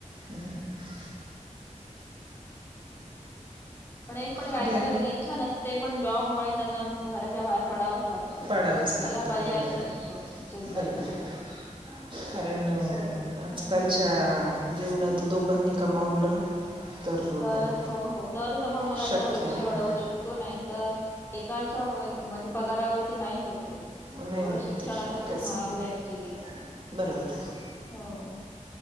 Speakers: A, on the right (about 40°); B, on the left (about 20°).
A: हम्म हम्म ह.
B: पण एक पण गायकांना
A: आपल्या
B: कधी इच्छा नसते, पण जॉबमुळे त्यांना घराच्या बाहेर पडावंच लागतं.
A: पाडावंच लागतं
B: त्याला पर्यायच
A: बरोबर आहे
B: नसतो ऍक्च्युली त्यांना
A: बरोबर
B: सुद्धा.
A: आहे कारण आजकालच्या
B: असं होतं. हम्म.
A: जीवनात दोघांनी कमावलं तर
B: तरच हो हो. तरच आपण मुलांच
A: शक्य
B: भविष्य
A: आहे
B: घडवू शकतो नाही तर एकाच्या म्हणजे पगारा वरती नाही होते.
A: हो नाही
B: थोडं
A: होत
B: शिक्षण
A: ते शक्यच
B: आता खूप महागल
A: नाही
B: ऍक्च्युली.
A: बरोबर आहे
B: हो.